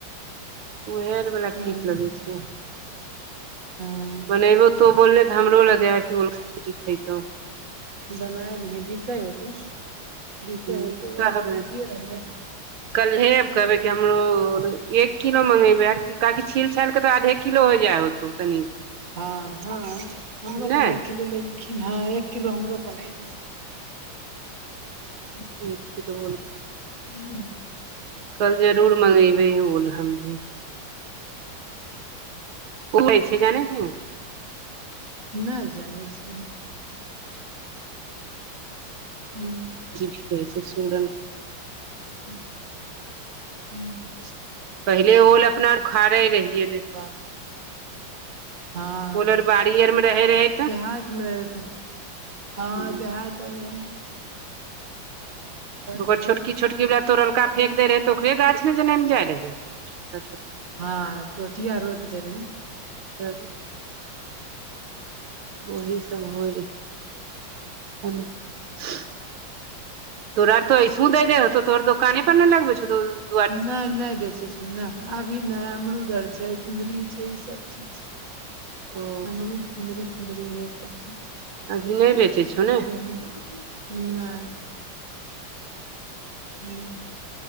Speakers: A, on the right; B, on the right.
A: उहेआर वला
B: हँ
A: ठीक लगैत छै।
B: हँ
A: बनेैबो तो बोलने तऽ हमरो लगे हैी खतो।
B: बनायल ह बीकै होतौ। बिकै
A: ह
B: होतौ
A: कहबे
B: तऽ बिकिये रहलै
A: कलहे आब कहबै। कि हमरो एक किलो मँंगेबै आर काकि छील छालि कऽ तऽ आधे किलो हो जाय होतौ तनी।
B: हँ हँ हमरो
A: नहि
B: कनि एक किलो लेलखिन हँ एक किलो हमरो कन आले ह <inaudible>
A: एक किलो ऑल
B: हू।
A: कल जरूर मंगेबे ऑल हम भी। <unintelligible> जाने छी।
B: नय जानै छी। हू।
A: जीभिक कहे छै। सुरन
B: <unintelligible>
A: पहिले ओल अपना आर उखाड़े रहियै रेपा
B: हँ
A: ओल आर बाड़ी आर मे रहे रहे
B: देहात मे रहत हँ
A: तऽ
B: देहात आर में
A: ओकर
B: बतैयौ
A: छोटकी छोटकी तोरलका फेेक देय रहै तऽ ओकरे गाछ ने जनम जाय रहै
B: हँ टोटीया रूप दै रहेै
A: तब वही सब हो जते <unintelligible> तोरा त एसूहू दै दे तोरा दोकान पर न लगबै छौ त
B: नय नय बेचे छै नहि अभी ने अमरूद आर छै कुनदरी छै ई सब चीज छै
A: ओ
B: अमरूज कुनदरी फुन्दरी येह सब छै
A: अभी नहि बेचै छौ ने
B: नय हूँ